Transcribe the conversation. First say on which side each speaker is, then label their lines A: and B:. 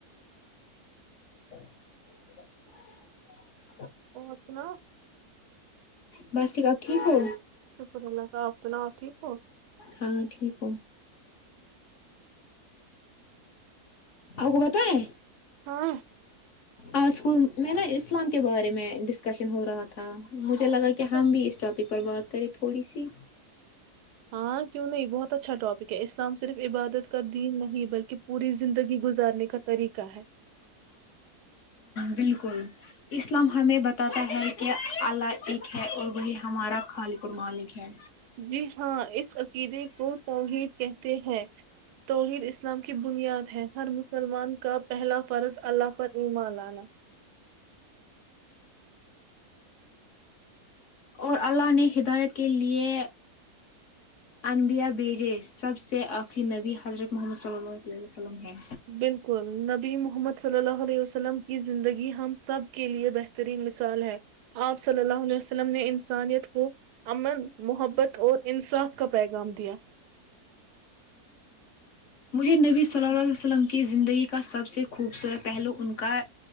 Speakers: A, on the left; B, on the right.
A: <inaudible>
B: اور سنا
A: بس ٹھیک آپ ٹھیک ہو
B: شکر اللہ کا آپ سناؤ ٹھیک تو
A: ہاں ٹھیک کو بت ہے
B: ہاں
A: اور اس کو میں نے اس اسلام کے بارے میں ڈس کشن ہو رہا تھا مجھے لگا
B: اچھا
A: کہ ہم بھی اس ٹاپک پر بات کریں تھوڑی سی
B: ہاں کیوں نہیں بہت اچھا ٹاپک ہے اسلام صرف عبادت کا دین نہیں بلکہ پوری زندگی گزارنے کا طریقہ ہے
A: بالکل اسلام ہمیں بتاتا ہے کہ اللہ ایک ہے اور وہی ہمارا خالق قمالک ہے
B: جی ہاں اس عقیدے کو توگی کہتے ہیں توح اس اسلام کی بنیاد ہے ہر مسلمان کا پہلا فرض اللہ فر ایم لانا
A: اور اللہ نے ہدایت کے لیے انبیا بیجے سب سے آخری نبی حضرت محمد صلی اللہ وسلم ہیں
B: بالکل نبی محمد صلی اللہ علیہ وسلم کی زندگی ہم سب کے لیئے بہترین مثال ہے آپ صلی اللہ علیہ وسلم نے انسانیت کو امن محبت اور انصاف کا پیغام دیا
A: مجھے نبی صلی اللہ علیہ وسلم کی زندگی کا سب سے خوبصورت پہلو ان کا